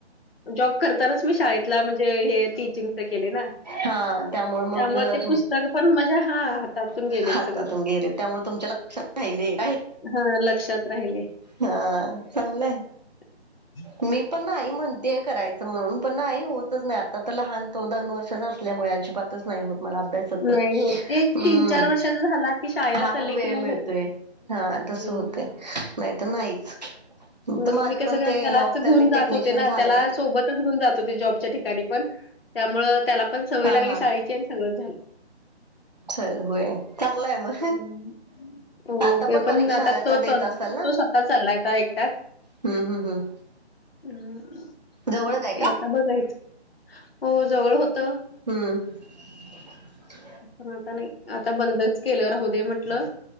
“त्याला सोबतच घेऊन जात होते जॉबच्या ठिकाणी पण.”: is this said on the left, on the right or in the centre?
Left